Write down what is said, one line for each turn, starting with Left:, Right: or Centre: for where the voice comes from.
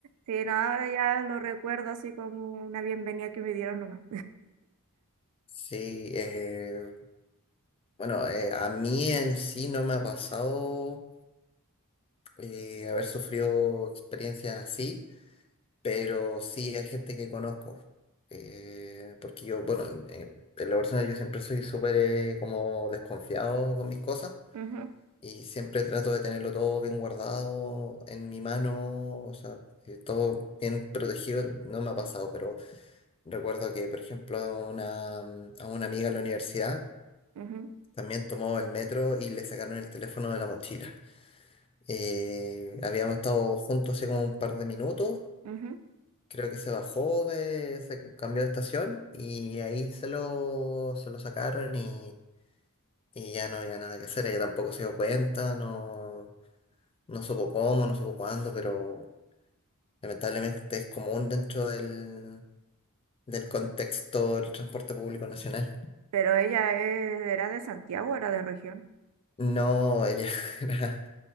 Right: Sí, no, ahora ya lo recuerdo así como una bienvenida que me dieron nomás.
Left: Sí, eh, Bueno, eh, a mí en sí no me ha pasado eh, haber sufrido experiencias así, pero sí hay gente que conozco. Eh, porque yo, bueno, eh, en lo personal yo siempre soy súper eh, como desconfiado con mis cosas
Right: Ujú,
Left: y siempre trato de tenerlo todo bien guardado en mi mano, o sea, que todo bien protegido. No me ha pasado, pero recuerdo que, por ejemplo, a una, a una amiga en la universidad
Right: ujú,
Left: también tomó el metro y le sacaron el teléfono de la mochila. Eh, habíamos estado juntos hace como un par de minutos.
Right: ujú.
Left: Creo que se bajó de, se cambió de estación y ahí se lo, se lo sacaron y, y ya no había nada que hacer. Ella tampoco se dio cuenta, no, no supo cómo, no supo cuándo, pero lamentablemente es común dentro del, del contexto del transporte público nacional.
Right: Pero ella es- era de Santiago, era de región.
Left: No, ella <laughs> era